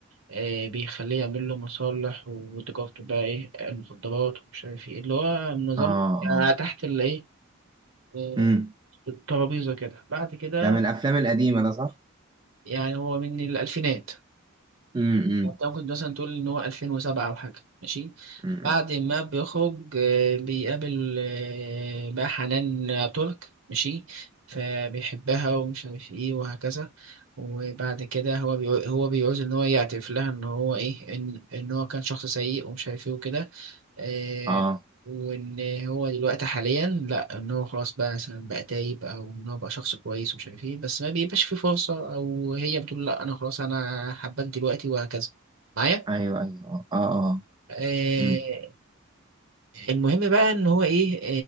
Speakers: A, on the right; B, on the right.
A: آه، بيخليه يعمل له مصالح وتجارته بقى ايه المخدرات ومش عارف ايه اللي هو النظام
B: اه اه
A: آه، تحت الايه آه،
B: امم
A: الترابيزة كده بعد كده
B: ده من الافلام القديمه ده صح
A: يعني هو من الألفينات
B: امم
A: انت ممكن مثلا تقول إن هو 2007 أو حاجة ماشي
B: امم
A: بعد ما بيخرج آه، بيقابل آه، بقى حنان ترك ماشي فبيحبها ومش عارف ايه وهكذا وبعد كده هو بيقول هو بيعوز ان هو يعترف لها ان هو ايه ان ان هو كان شخص سيء ومش عارف ايه وكده آه،
B: اه
A: وان هو دلوقتي حاليا لا ان هو خلاص بقى مثلا بقى تايب او ان هو بقى شخص كويس ومش عارف ايه بس ما بيبقاش في فرصه او هي بتقول لا انا خلاص انا حباك دلوقتي وهكذا معايا
B: ايوه ايوه اه اه اه.
A: آه،
B: مم.
A: المهم بقى ان هو ايه